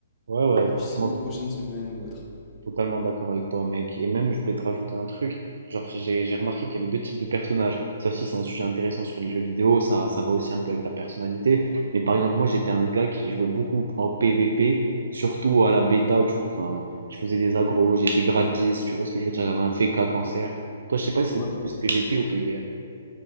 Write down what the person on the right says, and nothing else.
Ouais, ouais, franchement.
Totalement d'accord avec toi, mec. Et même, je voulais te rajouter un truc. Genre, j'ai j'ai remarqué qu'il y avait deux types de personnages. Ça aussi, c'est un sujet intéressant sur les jeux vidéo. Ça, ça va aussi un peu avec ta personnalité. Mais par exemple, moi, j'étais un gars qui jouait beaucoup en PVP, surtout à la bêta. Du coup, enfin, je faisais des agros, j'étais grade 10. Tu vois ce que je veux dire? J'avais un FK cancer. Toi, je sais pas si
c'était plus PVP ou PVM.